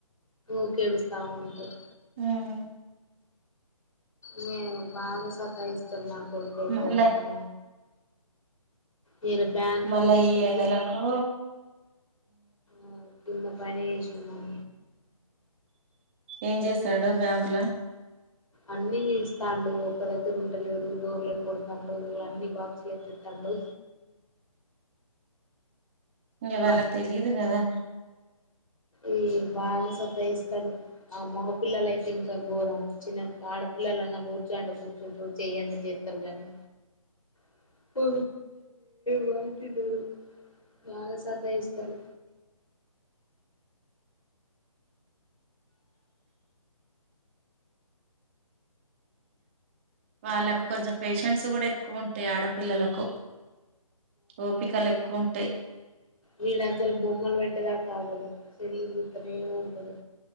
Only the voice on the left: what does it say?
ఉకే ఏడుస్తా ఉంటారు
మేవు బాగా సతాయిస్తున్నా నా కొడుకు అయితే
ఆమ్మో ఇయాల బ్యాంకు
కు తీసుకొస్తే
ఆ కింద బనేషు ఉన్నాం
అన్ని ఇస్తాండు ఒక్క దగ్గర ఉంటలేడు డోర్లను కొడతాండు అన్ని బాక్సులు ఎత్తెతండు
వా
ఈ బాగానే సతాయిస్తాడు ఆ మోగపిల్లలయితే ఇంకా ఘోరం చిన్న ఆడ పిల్లలన్నా కూర్చో అంటే కూర్చుంటారు చెయ్ అంటే చేస్తారు కానీ <unintelligible> వా వట్టి డో బాగా సతాయిస్తారు
వీడసలు బొమ్మల్ పెట్టే దాకా ఆగడు సెల్లు చూత్తనే ఉంటాడు